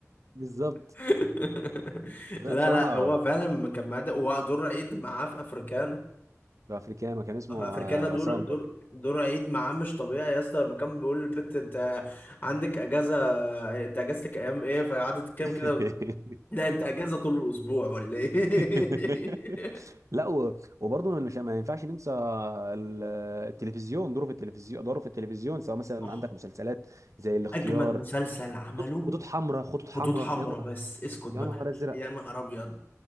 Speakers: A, on the right (about 75°); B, on the left (about 35°).
A: بالظبط
B: <laughs>
A: لا
B: لا
A: بصراحة
B: لا هو فعلا ما كان معاه ده ودور عيد معاه في افريكانو
A: ده افريكانو كان اسمه
B: افريكانا
A: آه،
B: دور
A: عصام
B: دور دور عيد معاه مش طبيعي يا اسطى لما كان بيقول للبنت انت عندك اجازه انت اجازتك ايام ايه فقعدت تتكلم
A: برضه
B: كده لا انت اجازه طول الاسبوع ولا ايه
A: <laughs> لا و- وبرضه مش ما ينفعش ننسى ال- التلفزيون دوره في التلفزيون دوره في التلفزيون سواء مثلا
B: <laughs> آه،
A: عندك مسلسلات زي الاختيار
B: اجمد مسلسل عمله
A: خطوط خطوط حمراء خطوط حمراء
B: خطوط حمراء
A: يا نهار
B: بس اسكت بقى
A: يا نهار ازرق
B: يا نهار ابيض